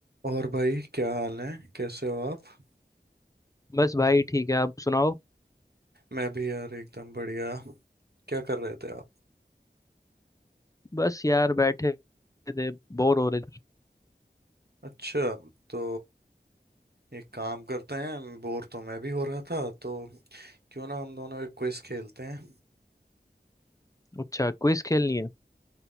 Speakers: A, on the right (about 65°); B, on the left (about 20°).
A: और भाई क्या हाल है कैसे हो आप
B: बस भाई ठीक है आप सुनाओ
A: मैं भी यार एकदम बढ़िया क्या कर रहे थे आप
B: बस यार बैठे थे बोर हो रहे थे
A: अच्छा तो एक काम करते हैं बोर तो मैं भी हो रहा था तो क्यों ना हम दोनों एक क्विज खेलते हैं
B: अच्छा क्विज खेलनी है